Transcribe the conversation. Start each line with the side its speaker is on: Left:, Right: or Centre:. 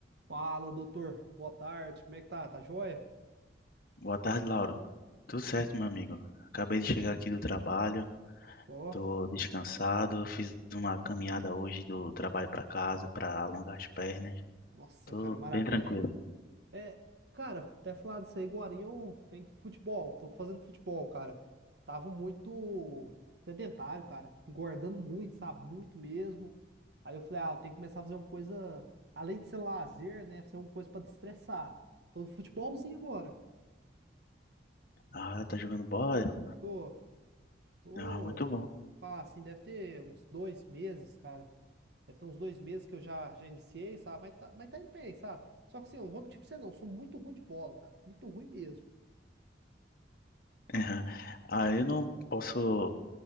Right: Fala, doutor. Boa tarde. Como é que tá? Tá joia?
Left: Boa tarde, Lauro. Tudo certo, meu amigo? Acabei de chegar aqui do trabalho,
Right: Ó,
Left: tô descansado, fiz uma caminhada hoje do trabalho para casa para alongar as pernas.
Right: nossa,
Left: Tô
Right: cara, maravilha,
Left: bem tranquilo.
Right: hein? É, cara, até falar disso aí agora, eu tenho futebol, tô fazendo futebol, cara. Tava muito sedentário, cara, engordando muito, sabe? Muito mesmo. Aí eu falei, ah, eu tenho que começar a fazer uma coisa, além de ser lazer, né? Fazer uma coisa pra destressar. Tô no futebolzinho agora.
Left: Ah, tá jogando bola?
Right: Tô. Pô,
Left: Ah, muito
Right: vou
Left: bom.
Right: falar assim, deve ter uns dois meses, cara. Deve ter uns dois meses que eu já, já iniciei, sabe? Mas tá, mas tá indo bem, sabe? Só que assim, eu não vou mentir pra você não, eu sou muito ruim de bola, cara. Muito ruim mesmo.
Left: <laughs> Ah, eu não posso